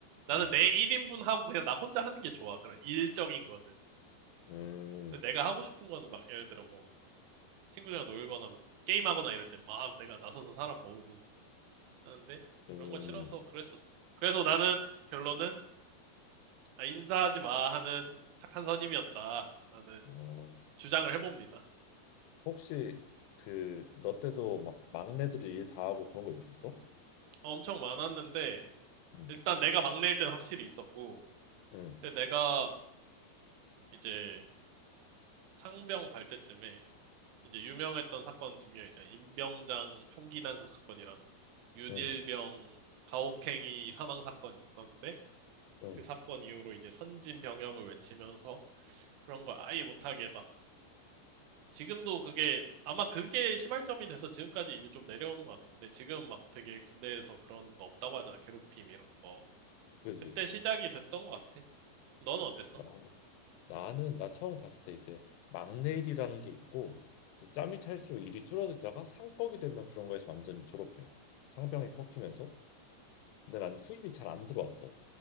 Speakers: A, on the right; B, on the left.
A: 나는
B: 응,
A: 내 1인분 하고 그냥 나 혼자 하는 게 좋아. 그런 일적인 거는.
B: 음,
A: 근데 내가 하고 싶은 거는 막 예를 들어 뭐 친구들이랑 놀거나 뭐 게임하거나 이럴 때 막 내가 나서서 사람 모으고 하는데
B: 음,
A: 그런 거 싫어서 그랬었어. 그래서 나는 결론은 아, 인사하지 마 하는 착한 선임이었다. 라는
B: 어,
A: 주장을 해봅니다.
B: 혹시 그 너 때도 막 막내들이 일 다 하고 그런 거 있었어?
A: 어, 엄청 많았는데
B: 응,
A: 일단 내가 막내일 땐 확실히 있었고
B: 응,
A: 근데 내가 이제 상병 달 때쯤에 이제 유명했던 사건 두 개 있잖아. 임병장 총기 난사 사건이랑 윤일병
B: 응,
A: 가혹행위 사망 사건이 있었는데
B: 응,
A: 그 사건 이후로 이제 선진 병영을 외치면서 그런 걸 아예 못하게 막 지금도 그게 아마 그게 시발점이 돼서 지금까지 이제 좀 내려오는 것 같은데 지금 막 되게 군대에서 그런 거 없다고 하잖아 괴롭힘 이런 거
B: 그지.
A: 그때 시작이 됐던 것 같아 너는 어땠어?
B: 나, 나는 나 처음 갔을 때 이제 막내 일이라는 게 있고 이제 짬이 찰수록 일이 줄어들다가 상꺽이 되면 그런 거에서 완전히 졸업해. 상병이 꺾이면서. 근데 나는 후임이 잘 안 들어왔어.